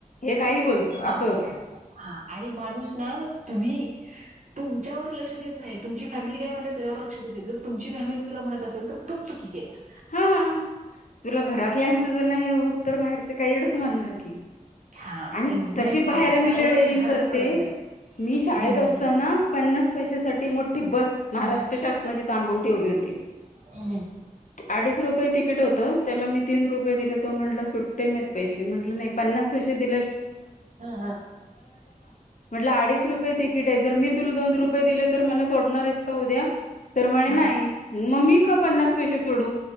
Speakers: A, on the left; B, on the right.
A: हे काही बोलतो
B: हा
A: असं होतं.
B: हा आणि माणूस ना तुम्ही तुमच्यावर लक्ष देत नाही. तुमची फॅमिली काय म्हणतात त्याच्यावर लक्ष दे. जर तुमची फॅमिली तुला म्हणत असेल तर तूच चुकीची आहेस.
A: हा. तुला घरातल्यांचं जर नाही होत, तर बाहेरचे काही एडच म्हणणार की.
B: हा
A: आणि
B: एक्झॅक्टली
A: कशी बाहेर मी
B: त्यामुळे
A: लई डेअरिंग
B: भाग
A: करते.
B: पडत नाही.
A: मी शाळेत
B: हम्म
A: असताना
B: हम्म
A: पन्नास पैसे साठी मोठी बस महाराष्ट्र
B: हम्म
A: शासनाची थांबून ठेवली होती.
B: हम्म हम्म हम्म हम्म
A: अडीच रुपये तिकीट हो त्याला मी तीन रुपये दिले तो म्हंटला सुट्टे नाहीत पैसे म्हंटलं नाही पन्नास पैसे दि
B: हा हा
A: म्ह अ <inaudible> तिकीट आहे जर मी तुला दोन रुपये दिले तर मला सोडणार आहेस का उद्या तर म्हणे
B: हा
A: नाही मम्मी का पन्नास पैसेा सोडू